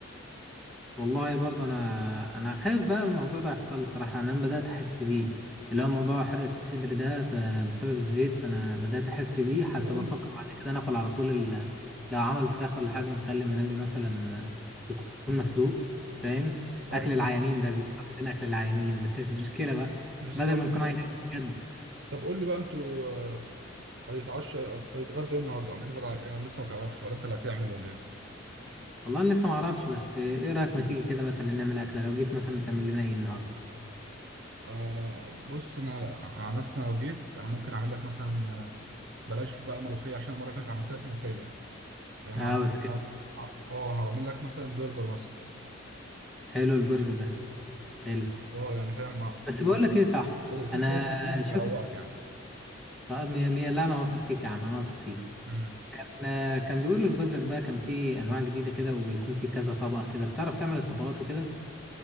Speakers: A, in the centre; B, on the right.
A: والله برضه انا انا خايف بقى الموضوع ده يحصل لي صراحه إن انا بدات احس بيه اللي هو موضوع حرقه الصدر ده فبسبب الزيت فانا بدات احس بيه حتى
B: طب قول
A: بفكر
B: لي
A: بعد كده ناكل على طول ال... لو عمل فراخ ولا حاجه نخلي منبي مثلا يكون مسلوق فاهم
B: ايوه
A: اكل العيانين ده بيبقى عندنا اكل العيانين بس مش مشكله بقى
B: بالظبط
A: بدل ما نكون
B: كده
A: عيانين بجد
B: طب قول لي بقى انتوا هيتعشى هيتغدى ايه النهارده عاملين غدا على ايه ولا لسه ما تعرفش ولا انت اللي هتعمل ولا ايه
A: والله انا لسه ما اعرفش بس ايه رايك ما تيجي كده مثلا نعمل اكله لو جيت مثلا تعمل لنا ايه النهارده
B: آه بص انا أنا عن نفسي انا لو جيت انا ممكن اعمل لك مثلا آه، بلاش بقى ملوخيه عشان المره اللي فاتت عملت لك ملوخيه هعمل
A: اه بس كده
B: ه- ه- اه هعمل لك مثلا برجر مثلا
A: حلو البرجر ده حلو
B: اه يعني فاهم ما
A: بس بقول
B: انت
A: لك ايه صح
B: ما دقتوش
A: انا
B: خالص من ايدي
A: شفت
B: فهروقك يعني
A: طب مية مية لا انا واثق فيك يا عم انا واثق فيك
B: امم
A: انا كان بيقولوا البرجر بقى كان فيه انواع جديده كده وبيكون فيه كذا طبقه كده بتعرف تعمل الطبقات وكده